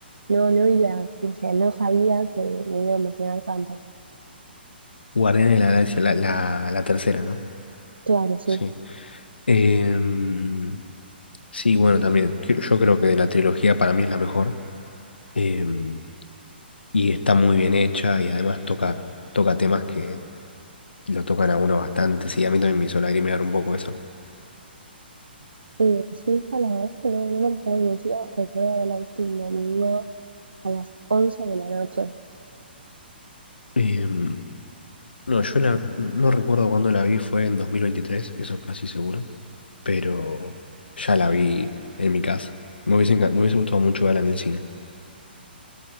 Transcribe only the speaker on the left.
Guardianes de la Galaxia, la, la, la tercera, ¿no?
Sí. Em, sí, bueno, también. que- Yo creo que de la trilogía para mí es la mejor. em, y está muy bien hecha y además toca, toca temas que lo tocan a uno bastante. Sí, a mí también me hizo lagrimear un poco eso.
Em, no, yo la, no recuerdo cuándo la vi, fue en 2023, eso casi seguro, pero ya la vi en mi casa. Me hubiese, encan- me hubiese gustado mucho verla en el cine.